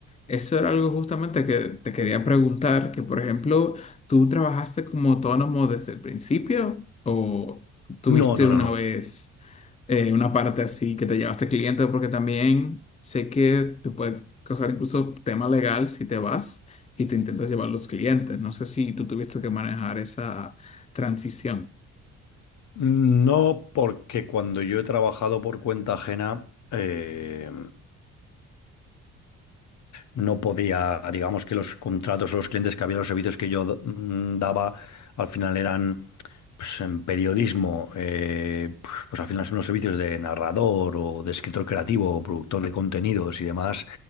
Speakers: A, on the left; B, on the left.
A: Eso era algo justamente que te quería preguntar, que por ejemplo, ¿tú trabajaste como autónomo desde el principio o tuviste
B: No, no,
A: una
B: no, no.
A: vez eh, una parte así que te llevaste cliente? Porque también sé que te puede causar incluso tema legal si te vas y te intentas llevar los clientes. No sé si tú tuviste que manejar esa transición.
B: No, porque cuando yo he trabajado por cuenta ajena, eh, no podía, digamos que los contratos o los clientes que había, los servicios que yo mm, daba, al final eran pues, en periodismo, eh, pues al final son los servicios de narrador o de escritor creativo o productor de contenidos y demás,